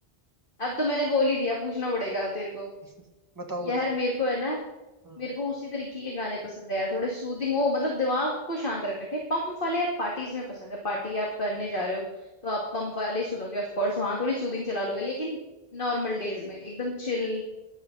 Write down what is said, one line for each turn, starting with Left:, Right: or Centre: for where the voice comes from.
Left: अब तो मैंने बोल ही दिया पूछना पड़ेगा तेरे को
Right: <laughs> बताओ
Left: यार
Right: बताओ
Left: मेरे को है ना
Right: हम्म
Left: मेरे को उसी तरीके के गाने पसंद है यार थोड़े सूदिंग हो मतलब दिमाग को शांत रखे पंप वाले यार पार्टीज में पसंद है पार्टी आप करने जा रहे हो तो आप पंप वाले ही सुनोगे ऑफ कोर्स वहां थोड़ी सूदिंग चला लोगे लेकिन नॉर्मल डेज में एकदम chill